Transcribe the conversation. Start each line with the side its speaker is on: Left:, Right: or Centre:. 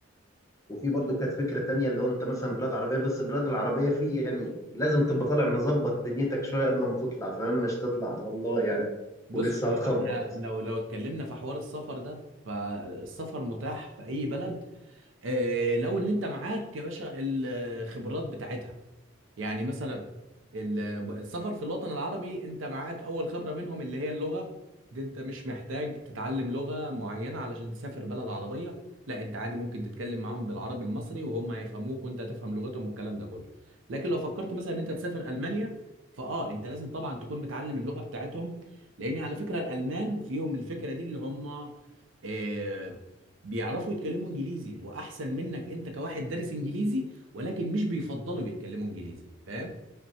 Left: وفي برضه كانت فكره تانية اللي هو انت مثلا بلاد عربيه بس البلاد العربيه في يعني لازم تبقى طالع مظبط دنيتك شويه قبل ما تطلع فاهم مش تطلع على الله يعني
Right: بص
Left: ولسه
Right: هو
Left: هتخبط
Right: احنا لو لو اتكلمنا في حوار السفر ده فالسفر متاح في أي بلد اه لو اللي أنت معاك يا باشا الخبرات بتاعتها يعني مثلا ال- السفر في الوطن العربي انت معاك اول خبرة منهم اللي هي اللغة دي انت مش محتاج تتعلم لغة معينة علشان تسافر بلد عربية لا انت عادي ممكن تتكلم معاهم بالعربي المصري وهم هيفهموك وانت هتفهم لغتهم والكلام ده كله لكن لو فكرت مثلا ان انت تسافر المانيا فاه انت لازم طبعا تكون متعلم اللغة بتاعتهم لان على فكرة الالمان فيهم الفكرة دي اللي هم آه، بيعرفوا يتكلموا انجليزي واحسن منك انت كواحد دارس انجليزي ولكن مش بيفضلوا يتكلموا انجليزي فاهم